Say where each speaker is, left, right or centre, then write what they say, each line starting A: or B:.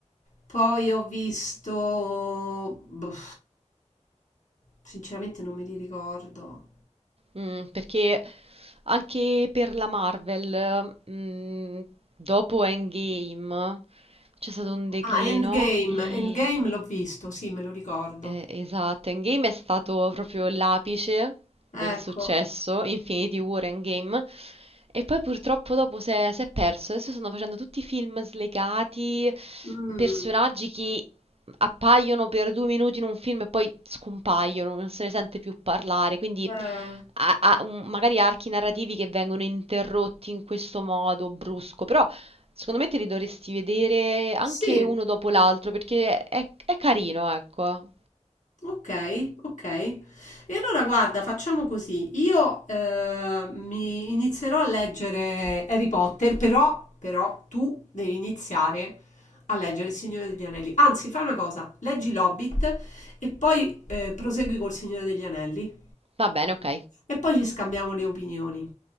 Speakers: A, on the left; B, on the right.
A: poi ho visto... boh, sinceramente non me li ricordo.
B: Mm, perché anche per la Marvel, mm, dopo Endgame, c'è stato un declino
A: Ah, Endgame,
B: e
A: Endgame l'ho visto, sì, me lo ricordo.
B: Eh, esatto, Endgame è stato proprio l'apice del
A: Ecco,
B: successo, Infinity War Endgame, e poi purtroppo dopo si è, si è perso. Adesso stanno facendo tutti film slegati,
A: Mm,
B: personaggi che appaiono per due minuti in un film e poi scompaiono, non se ne sente più parlare, quindi
A: eh,
B: ha- ha un- magari archi narrativi che vengono interrotti in questo modo brusco, però... Secondo me te li dovresti vedere anche
A: sì,
B: uno dopo l'altro perché è, è carino, ecco.
A: ok, ok. E allora guarda, facciamo così. Io eh, mi inizierò a leggere Harry Potter, però, però tu devi iniziare a leggere Il Signore degli Anelli. Anzi, fai una cosa, leggi L'Hobbit e poi eh, prosegui col Signore degli Anelli
B: Va bene, ok.
A: e poi ci scambiamo le opinioni.